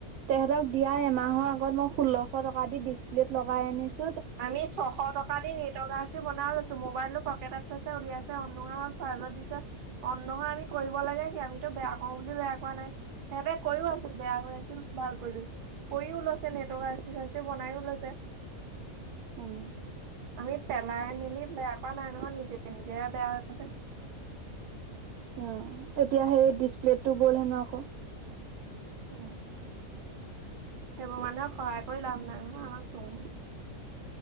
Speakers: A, on the right; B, on the right.
A: তেঁতক দিয়া এমাহৰ আগত মই ষোল্লশ টকা দি ডিচপ্লেত লগাই আনিছ-
B: আমি ছশ টকা দি নেটৱৰ্ক আৰ চি বনাই লৈছো মোবাইল টো পকেটত উলিয়াইছে অন নোহোৱা হল চাৰ্জত দিছে অন নহয় আমি কৰিব লাগে কি আমিতো বেয়া কও বুলি বেয়া কৰা নাই সিহঁতে কইও আছিল বেয়া হৈ আছিল ভাল কৰি লবি কৰিও লৈছে নেটৱৰ্ক আৰচি চাৰ্চি বনাই ও লৈছে
A: উম
B: আমি পেলাই মেলি বেয়া কৰা নাই নহয় নিজে নিজেহে বেয়া হৈছে
A: উম এতিয়া সেই ডিচপ্লেটটো গ'ল হেনো আকৌ
B: অ সেইবোৰ মানুহক সহায় কৰি লাভ নাই নহয় আমাৰ চুমু